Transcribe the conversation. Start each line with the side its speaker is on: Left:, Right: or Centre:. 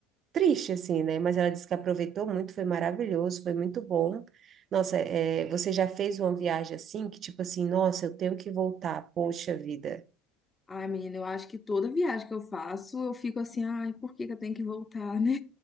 Right: triste, assim, né? Mas ela disse que aproveitou muito, foi maravilhoso, foi muito bom. Nossa, é, você já fez uma viagem assim, que tipo assim, nossa, eu tenho que voltar, poxa vida.
Left: Ai, menina, eu acho que toda viagem que eu faço, eu fico assim, ai, por que que eu tenho que voltar, né?